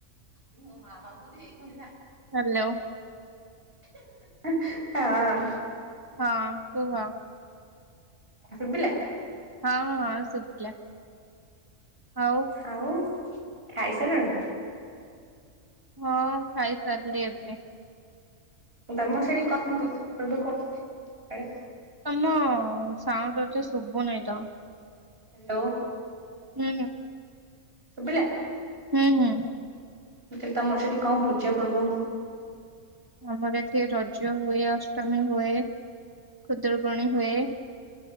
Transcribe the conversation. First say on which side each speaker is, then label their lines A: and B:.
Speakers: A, on the right (about 45°); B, on the right (about 15°).
A: <unintelligible>
B: ହାଲୋ।
A: ହଁ।
B: ହଁ କୁହ।
A: ଶୁଭିଲା?
B: ହଁ ହଁ ଶୁବିଲା ଆଉ
A: ଆଉ ଖାଇସାରିଲଣି?
B: ହଁ ଖାଇସାରିଲି ଏବେ।
A: ତମ ସେଟି କଣ ପୂଜା ପର୍ବ କଣ ହୁଏ ଆଡେ
B: ତମ ସାଉଣ୍ଡ ଏତେ ଶୁଭୁ ନାହିଁ ତ।
A: ହାଲୋ।
B: ହୁଁ।
A: ସୁବିଲା?
B: ହୁଁ ହୁଁ।
A: ମୁଁ କହିଲି ତମର ସେଠି କଣ ପୂଜା ପର୍ବ
B: ଆମର ଏଠି ରଜ ହୁଏ ଅଷ୍ଟମୀ ହୁଏ ଖୁଦୁରୁକୁଣୀ ହୁଏ।